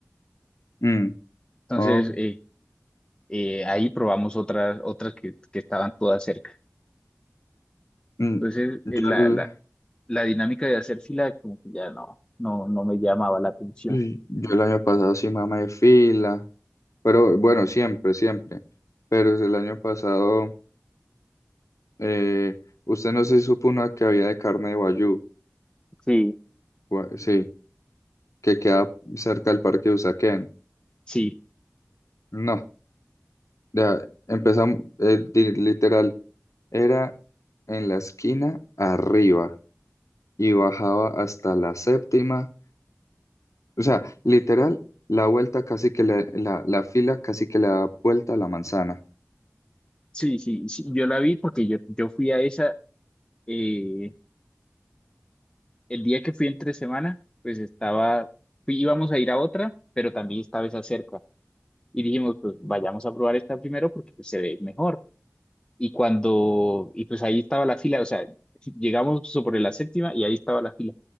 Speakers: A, on the left (about 75°); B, on the left (about 15°).
A: Mm,
B: Entonces
A: oh,
B: eh, eh, ahí probamos otras, otras que, que estaban todas cerca.
A: mm.
B: Entonces
A: Yo
B: eh, la,
A: el,
B: la, la dinámica de hacer fila como que ya no, no, no me llamaba la atención.
A: uy, yo el año pasado sí mamá de fila, pero bueno, siempre, siempre. Pero el año pasado... Eh, usted no se supo una que había de carne de Wagyu,
B: Sí,
A: gua- sí, que queda cerca del parque de Usaquén.
B: sí,
A: No, ya empezamos, eh, di- literal, era en la esquina arriba y bajaba hasta la séptima. O sea, literal, la vuelta casi que le- la, la fila casi que le da vuelta a la manzana.
B: sí, sí, sí. Yo la vi porque yo, yo fui a esa. eh, el día que fui entre semana, pues estaba, fui- íbamos a ir a otra, pero también estaba esa cerca. Y dijimos, pues vayamos a probar esta primero porque pues, se ve mejor. Y cuando, y pues ahí estaba la fila, o sea, <laughs> llegamos sobre la séptima y ahí estaba la fila.